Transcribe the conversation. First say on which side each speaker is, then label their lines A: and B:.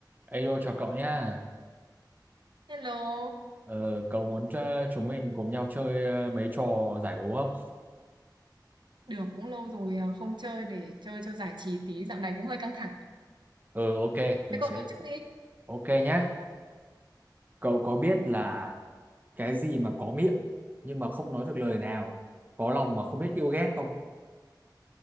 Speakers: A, on the right (about 25°); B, on the right (about 80°).
A: Alo chào cậu nha.
B: Hello,
A: Ờ, cậu muốn cho chúng mình cùng nhau chơi ờ, mấy trò giải đố không?
B: được cũng lâu rồi à, không chơi để chơi cho giải trí tí, dạo này cũng hơi căng thẳng.
A: Ừ ok,
B: Thế
A: mình
B: cậu
A: sẽ
B: nói trước đi.
A: ok nhá. Cậu có biết là cái gì mà có miệng nhưng mà không nói được lời nào, có lòng mà không biết yêu ghét không?